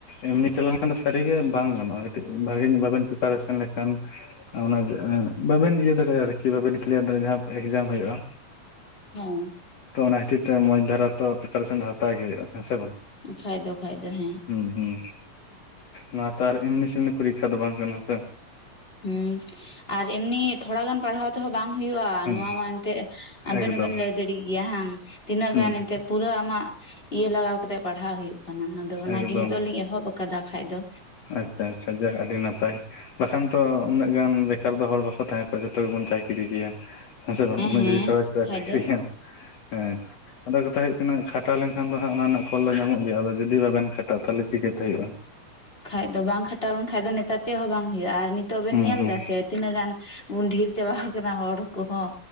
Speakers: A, on the left; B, on the left.
A: ᱮᱢᱱᱤ ᱪᱟᱞᱟ ᱞᱮᱱᱠᱷᱟᱱ ᱫᱚ ᱥᱟᱹᱨᱤ ᱜᱮ ᱵᱟᱝ ᱜᱟᱱᱚᱜᱼᱟ ᱠᱟᱹᱴᱤᱡ ᱵᱷᱟᱜᱤ ᱧᱚᱜ ᱵᱟᱵᱮᱱ ᱛᱷᱩ <unintelligible> <unintelligible> ᱞᱮᱠᱷᱟᱱ ᱚᱱᱟ ᱵᱟᱵᱮᱱ ᱤᱭᱟᱹ ᱫᱟᱲᱮᱭᱟᱜᱼᱟ ᱟᱨᱠᱤ <unintelligible> ᱵᱟᱵᱮᱱ ᱠᱞᱤᱭᱟᱨ ᱫᱟᱲᱮᱭᱟᱜᱼᱟ ᱡᱟᱦᱟᱸ ᱮᱠᱡᱟᱢ ᱦᱩᱭᱩᱜᱼᱟ
B: ᱦᱮᱸ
A: ᱛᱚ ᱚᱱᱟ ᱠᱷᱟᱹᱛᱤᱨ ᱛᱮ ᱢᱚᱡᱽ ᱫᱷᱟᱨᱟ ᱛᱚ ᱯᱨᱤᱯᱟᱨᱮᱥᱚᱱ ᱫᱚ ᱦᱟᱛᱟᱣ ᱜᱮ ᱦᱩᱭᱩᱜᱼᱟ ᱦᱮᱸ ᱥᱮ ᱵᱟᱝ
B: ᱠᱷᱟ ᱫᱚ ᱠᱷᱟ ᱫᱚ ᱦᱮᱸ
A: ᱦᱩᱸ ᱦᱩᱸ ᱱᱚᱣᱟ ᱛᱚ ᱟᱨ ᱮᱢᱱᱤ ᱥᱮᱢᱱᱤ ᱯᱚᱨᱤᱠᱠᱷᱟ ᱫᱚ ᱵᱟᱝ ᱠᱟᱱᱟ ᱥᱮ
B: ᱦᱩᱸ ᱟᱨ ᱮᱢᱱᱤ ᱛᱷᱚᱲᱟ ᱜᱟᱱ ᱯᱟᱲᱦᱟᱣ ᱛᱮᱦᱚᱸ ᱵᱟᱝ ᱦᱩᱭᱩᱜᱼᱟ
A: ᱦᱩᱸ
B: ᱱᱚᱣᱟ ᱢᱟ ᱮᱱᱛᱮᱜ ᱟᱵᱮᱱ
A: ᱮᱠᱫᱚᱢ
B: ᱦᱚᱸᱵᱮᱱ ᱞᱟᱹᱭ ᱫᱟᱲᱮᱭᱟᱜ ᱜᱮᱭᱟ ᱦᱟᱝ ᱛᱤᱱᱟᱹᱜ
A: ᱦᱩᱸ
B: ᱜᱟᱱ ᱮᱱᱛᱮ ᱯᱩᱨᱟᱹ ᱟᱢᱟᱜ ᱤᱭᱟᱹ ᱞᱟᱜᱟᱣ ᱠᱟᱛᱮᱜ ᱯᱟᱲᱦᱟᱜ ᱦᱩᱭᱩᱜ ᱠᱟᱱᱟ ᱟᱫᱚ ᱚᱱᱟᱜᱮ
A: ᱮᱠᱫᱚᱢ
B: ᱱᱤᱛᱚᱜ ᱞᱤᱧ ᱮᱦᱚᱵ ᱠᱟᱫᱟ ᱠᱷᱟᱡ ᱫᱚ
A: ᱟᱪᱪᱷᱟ ᱟᱪᱪᱷᱟ ᱡᱟ ᱟᱹᱰᱤ ᱱᱟᱯᱟᱭ᱾ ᱵᱟᱠᱷᱟᱱ ᱛᱚ ᱩᱱᱟᱹᱜ ᱜᱟᱱ ᱵᱮᱠᱟᱨ ᱫᱚ ᱦᱚᱲ ᱵᱟᱠᱚ ᱛᱟᱦᱮᱸ ᱠᱚᱜᱼᱟ ᱡᱷᱚᱛᱚ ᱜᱮᱵᱚᱱ ᱪᱟᱠᱤᱨᱤ ᱠᱮᱭᱟ᱾ ᱦᱮᱸ ᱥᱮ ᱵᱟᱝ ᱩᱱᱟᱹᱜ
B: ᱦᱮᱸ
A: ᱡᱩᱫᱤ ᱥᱚᱦᱚᱡ ᱠᱚ
B: ᱠᱷᱟᱡ
A: ᱟ ᱪᱟᱹᱠᱨᱤ
B: ᱫᱚ
A: ᱠᱮᱭᱟᱢ? ᱦᱮᱸ ᱟᱫᱚ ᱠᱟᱛᱷᱟ ᱦᱩᱭᱩᱜ ᱠᱟᱱᱟ ᱠᱷᱟᱴᱟᱣ ᱞᱮᱱᱠᱷᱟᱱ ᱫᱚ ᱦᱟᱜ ᱚᱱᱟ ᱨᱮᱱᱟᱜ ᱯᱷᱚᱞ ᱫᱚ ᱧᱟᱢᱚᱜ ᱜᱮᱭᱟ, ᱟᱫᱚ ᱡᱩᱫᱤ ᱵᱟᱵᱮᱱ ᱠᱷᱟᱴᱟᱜ ᱛᱟᱦᱚᱞᱮ ᱪᱤᱠᱟᱹᱛᱮ ᱦᱩᱭᱩᱜᱼᱟ᱾
B: ᱠᱷᱟᱡ ᱫᱚ ᱵᱟᱝ ᱠᱷᱟᱴᱟᱣ ᱞᱮᱱᱠᱟᱱ ᱫᱚ ᱱᱮᱛᱟᱨ ᱪᱮᱫ ᱦᱚᱸ ᱵᱟᱝ ᱦᱩᱭᱩᱜᱼᱟ, ᱟᱨ ᱱᱤᱛᱚᱜ ᱵᱮᱱ
A: ᱦᱩᱸ
B: ᱧᱮᱞ
A: ᱦᱩᱸ
B: ᱫᱟ ᱥᱮ ᱛᱤᱱᱟᱹᱜ ᱜᱟᱱ ᱵᱩᱱ ᱰᱷᱮᱨ ᱪᱟᱵᱟ ᱠᱟᱱᱟ ᱦᱚᱲ ᱠᱚᱦᱚᱸ